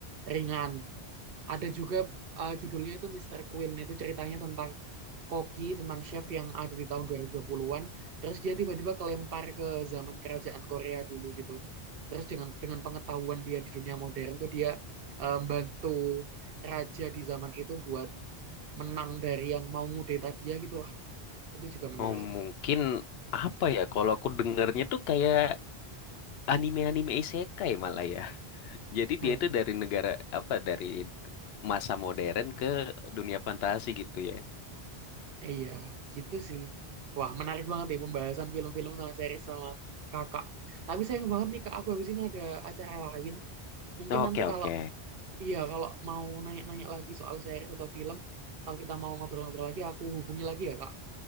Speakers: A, on the right; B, on the left.
A: ringan ada juga uh, judulnya itu Mister Queen. Itu ceritanya tentang koki, tentang chef yang ada di tahun 2020-an. Terus dia tiba-tiba kelempar ke zaman kerajaan Korea dulu gitu. Terus dengan dengan pengetahuan dia di dunia modern tuh dia uh, bantu raja di zaman itu buat menang dari yang mau ngudeta dia gitu lah. Itu juga menarik.
B: Oh mungkin apa ya? Kalau aku dengarnya tuh kayak anime-anime isekai malah ya. <laughs> Jadi
A: Hah,
B: dia itu dari negara apa dari masa modern ke dunia fantasi gitu ya.
A: iya, gitu sih. Wah, menarik banget nih pembahasan film-film sama series sama kakak. Tapi sayang banget nih kak, aku habis ini ada acara lain. Mungkin
B: Oke,
A: nanti
B: oke.
A: kalau Iya, kalau mau nanya-nanya lagi soal series atau film, kalau kita mau ngobrol-ngobrol lagi, aku hubungi lagi ya, Kak.